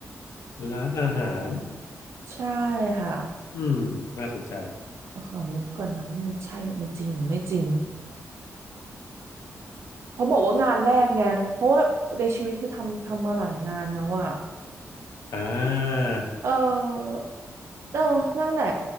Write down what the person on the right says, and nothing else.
ใช่ค่ะ
ขอนึกก่อนนะว่ามันใช่มันจริงหรือไม่จริง เพราะบอกว่างานแรกไง เพราะว่าในชีวิตคือทำทำมาหลายงานแล้วอ่ะ
เออเออนั่นแหละ